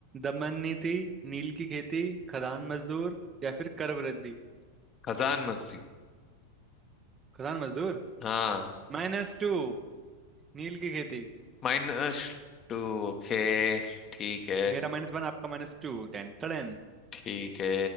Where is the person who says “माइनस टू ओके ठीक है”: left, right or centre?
Left